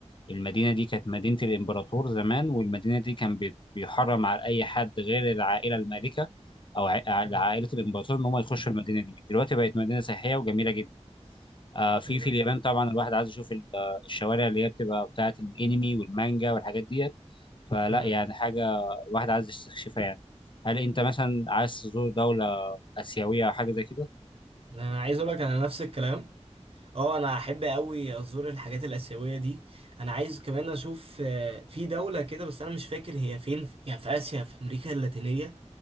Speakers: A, on the left; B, on the right.
A: المدينة دي كانت مدينة الإمبراطور زمان والمدينة دي كان بي- بيحرم على أي حد غير العائلة المالكة أو عا-
B: امم
A: عائلة الإمبراطور إن هم يخشوا المدينة دي دلوقتي بقت مدينة سياحية وجميلة جدا آه في
B: ايه ده
A: في اليابان طبعا الواحد عايز يشوف ال- آه، الشوارع اللي هي بتبقى بتاعة الأنمي والمانجا والحاجات ديت فلا
B: امم
A: يعني حاجة الواحد عايز يستكشفها يعني هل أنت مثلا عايز تزور دولة آسيوية أو حاجة زي كده؟
B: انا عايز اقول لك انا نفس الكلام اه انا احب قوي ازور الحاجات الاسيويه دي انا عايز كمان اشوف آه، في دوله كده بس انا مش فاكر هي فين يا في اسيا في امريكا اللاتينيه